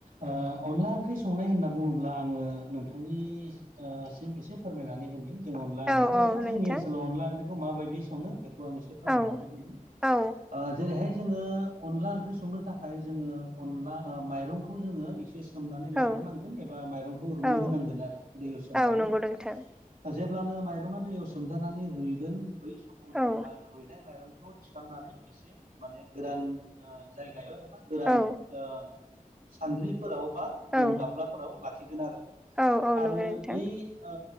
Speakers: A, on the right; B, in the centre.
A: ओ। अनला ओंख्रि संनाय होनना बुङोब्ला आङो नोंथांनि सिम एसे फोरमायनानै होनि जों अनला ओंख्रिखौ
B: औ औ
A: एबा
B: नोंथां
A: जोंनि ओनसोलाव अनला ओंख्रिखौ माबायदि सङो बेखौ एसे फोरमायनानै
B: औ
A: होनि
B: औ
A: जोङो अनला ओंख्रि संनो थाखाय जोङो अनला माइरंखौ जोङो एसे सोमनानै लाग्रोनांगोन
B: औ
A: एबा माइखौ रुइ
B: औ
A: होनांगोन आरो दैयाव सोमनानै
B: औ नंगौ नोंथां
A: जेब्लानो माइरङा दैयाव सोमजानानै रुइगोन बै समाव जोङो
B: औ
A: रुइनाय माइरंखौ थिखांनानै एसे माने गोदान जायगायाव एबा गोदान
B: औ
A: ओ सान्द्रिफोराव बा
B: औ
A: जों गामलाफोराव लाखिगोन आरो
B: औ
A: आरो
B: नंगौ नोंथां
A: बै ओ